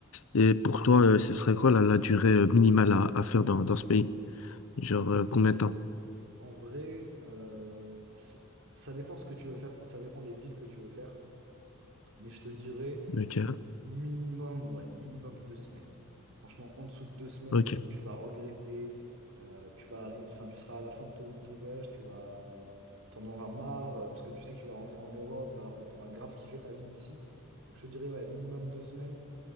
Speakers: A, on the left; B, on the right.
A: Et pour toi, euh, ce serait quoi la, la durée euh, minimale à, à faire dans, dans ce pays? Genre, euh, combien de temps?
B: En vrai, euh, ça, ça dépend ce que tu veux faire, ça dépend les villes que tu veux faire, mais je te dirais
A: Ok.
B: minimum, ouais, minimum deux semaines. Franchement, en dessous de deux semaines,
A: Ok.
B: tu vas regretter, euh, tu vas, arri- enfin, tu seras à la fin de ton, de ton voyage, tu vas, t'en auras marre, euh, parce que tu sais que tu vas rentrer en Europe alors que tu auras grave kiffé ta vie ici. Donc je te dirais, ouais, minimum deux semaines,